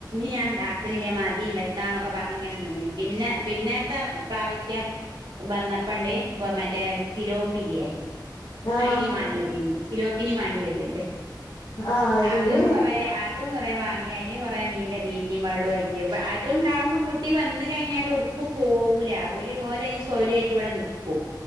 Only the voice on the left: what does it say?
ആഹ്
ആഹ് ശരി